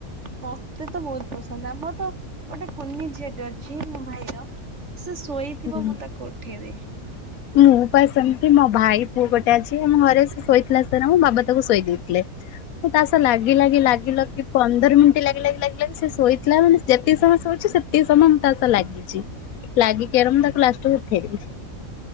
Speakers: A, on the right; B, on the left.
A: ମୋତେ ତ ବହୁତ ପସନ୍ଦ ଆମର ତ ଗୋଟେ କୁନି ଝିଅଟେ ଅଛି ମୋ ଭାଇର ସେ ଶୋଇଥିବ
B: ହୁଁ।
A: ମୁଁ ତାକୁ ଉଠେଇବି
B: ମୁଁ ପା ସେମିତି ମୋ ଭାଇ ପୁଅ ଗୋଟେ ଅଛି ଆମ ଘରେ ସେ ଶୋଇଥିଲା <inaudible> ମ ବାବା ତାକୁ ଶୁଆଇ ଦେଇଥିଲେ ମୁଁ ତା ସହ ଲାଗି ଲାଗି ଲାଗି ଲାଗି ପନ୍ଦର ମିନଟି ଲାଗି ଲାଗି ଲାଗି ଲାଗି ସେ ଶୋଇଥିଲା ମାନେ ଯେତେ ସମୟ ଶୋଉଛି ସେତେ ସମୟ ମୁଁ ତା ସହ ଲାଗିଛି ଲାଗିକି ମୁଁ ତାକୁ ଲାଷ୍ଟକୁ ଉଠେଇଦେଲି।